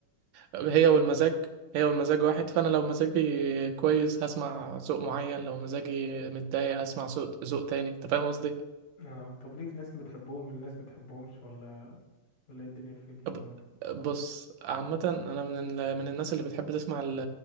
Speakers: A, on the right; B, on the left.
A: هي والمزاج هي والمزاج واحد فانا لو مزاجي كويس هسمع ذوق معين لو مزاجي متضايق هسمع ذوق ذوق تاني انت فاهم قصدي
B: اه طب ليك ناس بتحبهم وناس ما بتحبهمش ولا ولا ايه الدنيا في في
A: ب-
B: الموضوع
A: بص عامه انا من ال... من الناس اللي بتحب تسمع ال-